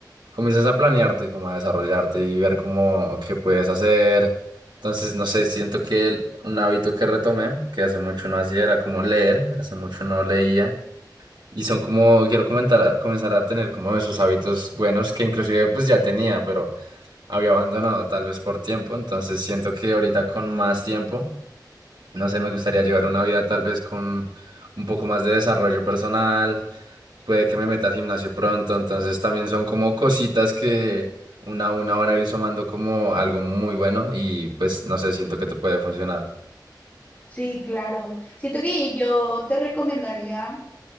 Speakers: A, on the right; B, on the left.
A: comienzas a planearte, como a desarrollarte y ver como qué puedes hacer. Entonces, no sé, siento que el- un hábito que retomé, que hace mucho no hacía, era como leer, hace mucho no leía. Y son como, quiero comentar, comenzar a tener como esos hábitos buenos que inclusive pues ya tenía, pero había abandonado tal vez por tiempo, entonces siento que ahorita con más tiempo, no sé, me gustaría llevar una vida tal vez con un poco más de desarrollo personal, puede que me meta al gimnasio pronto, entonces también son como cositas que una a una van a ir sumando como algo muy bueno y pues no sé, siento que te puede funcionar.
B: Sí, claro. Siento que yo te recomendaría